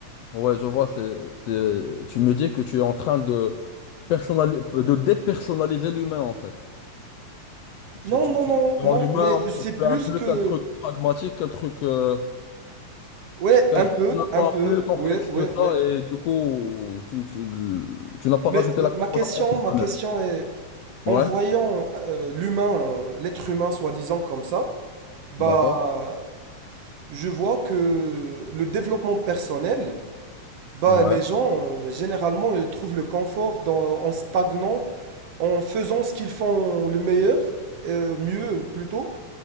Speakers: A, on the left; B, on the right.
A: Ouais, je vois. C'est, c'est... Tu me dis que tu es en train de, personnali- de dépersonnaliser l'humain, en fait. Tu,
B: Non,
A: tu,
B: non,
A: tu...
B: non,
A: tu
B: non,
A: rends l'humain
B: mais c'est
A: un peu
B: plus
A: un- plus
B: que,
A: un truc pragmatique, un truc, euh,
B: Ouais,
A: qu'un
B: un
A: truc
B: peu,
A: finalement
B: un peu,
A: plus complexe
B: ouais, ouais,
A: que ça.
B: ouais.
A: Et du coup, tu, tu, tu n'as pas
B: Mais
A: rajouté
B: la-
A: la
B: ma
A: composante
B: question,
A: émotionnelle.
B: ma question est, en
A: Ouais,
B: voyant euh, l'humain, euh, l'être humain soi-disant comme ça, bah,
A: d'accord.
B: je vois que le développement personnel, bah,
A: Ouais,
B: les gens, euh, généralement, ils trouvent le confort dans- en stagnant, en faisant ce qu'ils font le meilleur, euh, mieux plutôt,